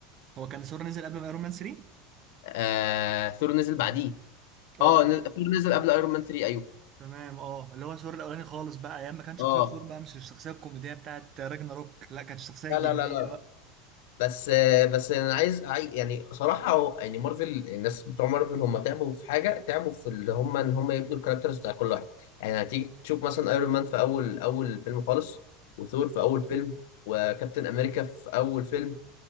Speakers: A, on the right (about 45°); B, on the left (about 70°).
A: هو كان ثور نزل قبل ما ايرون مان 3
B: آه ثور نزل بعديه
A: اه
B: اه ن- ثور نزل قبل ايرون مان 3 ايوه
A: تمام اه اللي هو ثور الاولاني خالص بقى ايام ما كان شخصيه
B: اه
A: ثور بقى مش الشخصيه الكوميديه بتاعت راجنا روك لا كانت الشخصيه
B: لا
A: الجديه
B: لا لا لا بس بس انا عايز عاي- يعني صراحه هو- يعني مارفل الناس بتوع مارفل هم تعبوا في حاجه تعبوا في اللي هم ان هم يبنوا الكاركترز بتاع كل واحد يعني هتيجي تشوف مثلا ايرون مان في اول اول فيلم خالص وثور في اول فيلم وكابتن امريكا في اول فيلم